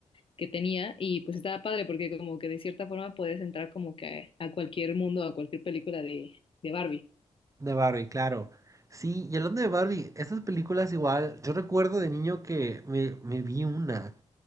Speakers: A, on the left (about 45°); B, on the right (about 25°).
A: que tenía y pues estaba padre porque como que de cierta forma podías entrar como que a, a cualquier mundo, a cualquier película de, de Barbie.
B: de Barbie, claro. Sí, y hablando de Barbie, estas películas igual, yo recuerdo de niño que me, me vi una.